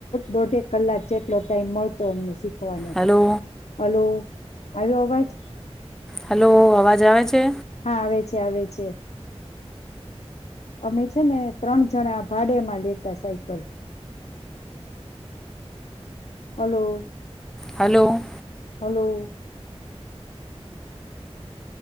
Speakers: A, on the left; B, in the centre.
A: દોઢેક કલાક જે એટલો ટાઈમ મળતો અમને શીખ કવાનો,
B: હલો
A: હલો. આવ્યો આવાજ?
B: હલો અવાજ આવે છે?
A: હા આવે છે આવે છે. અમે છે ને ત્રણ જણા ભાડેમાં લેતા cycle. Hello.
B: Hello.
A: Hello.